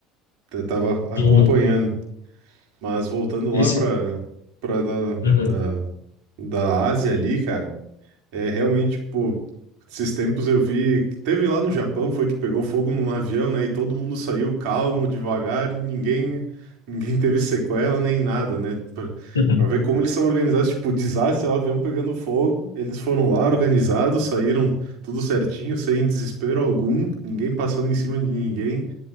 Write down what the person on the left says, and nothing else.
Sim,
esse
Uhum,
uhum,